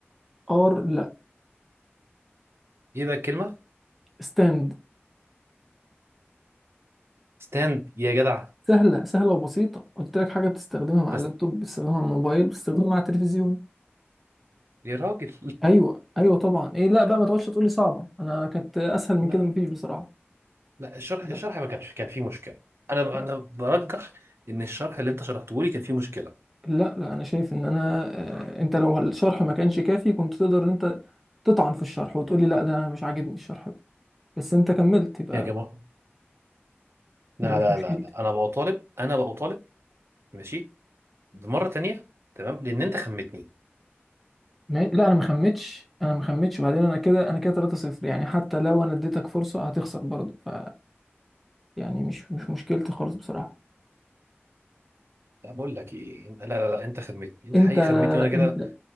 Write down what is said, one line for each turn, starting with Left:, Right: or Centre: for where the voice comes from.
Centre: ار لا
Right: ايه بقى الكلمه؟
Centre: ستاند
Right: ستاند يا جدع
Centre: سهلة سهلة وبسيطة قلت لك حاجة بتستخدمها مع
Right: بس
Centre: اللابتوب بتستخدمها مع الموبايل بتستخدمها مع التلفزيون
Right: يا راجل
Centre: أيوة أيوة طبعا إيه لا بقى ما تقعدش تقولي صعبة أنا كانت أسهل
Right: <laughs>
Centre: من
Right: لا
Centre: كده مفيش بصراحة
Right: لا الشرح
Centre: لا
Right: الشرح ما كانش كان فيه مشكله انا
Centre: لا
Right: انا برجح ان الشرح اللي انت شرحته لي كان فيه مشكله
Centre: لا لا، أنا شايف إن أنا آه، أنت لو الشرح ما كانش كافي كنت تقدر إن أنت تطعن في الشرح وتقولي لا ده أنا مش عاجبني الشرح ده بس أنت كملت يبقى
Right: يا جماعه لا
Centre: يبقى مش
Right: لا
Centre: مشكلتي
Right: لا لا انا بقى طالب انا بقى طالب ماشي مرة تانية تمام لأن أنت خمتني
Centre: ما- لا أنا ما خمتش أنا ما خمتش بعدين أنا كده أنا كده 3 0 يعني حتى لو أنا اديتك فرصة هتخسر برضه ف يعني مش مش مشكلتي خالص بصراحة
Right: لا بقول لك ايه انت لا لا لا انت خدمتني انت
Centre: انت
Right: حقيقي خدمتني وانا كده
Centre: انت